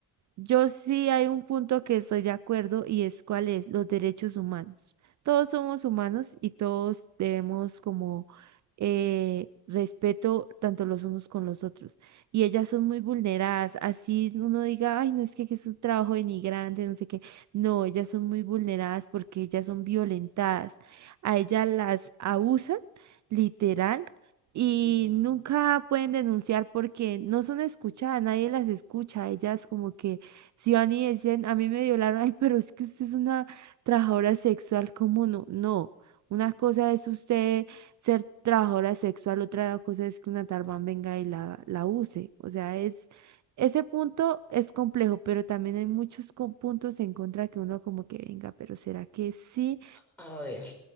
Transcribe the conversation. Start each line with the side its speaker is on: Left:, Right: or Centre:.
Right: yo sí hay un punto que estoy de acuerdo y es cuál es los derechos humanos. Todos somos humanos y todos debemos como eh, respeto tanto los unos con los otros. Y ellas son muy vulneradas. Así uno diga, ay, no es que, es un trabajo denigrante, no sé qué. No, ellas son muy vulneradas porque ellas son violentadas. A ellas las abusan, literal. Y
Centre: mm.
Right: nunca pueden denunciar porque no son escuchadas, nadie las escucha, ellas como que si van y dicen, a mí me violaron, ay, pero es que usted es una trabajadora sexual, ¿cómo no? No. Una cosa es usted ser trabajadora sexual, otra cosa es que una tarbán venga y la, la use. O sea, es, ese punto es complejo, pero también hay muchos co- puntos en contra que uno como que venga, pero ¿será que sí?
Centre: A ver,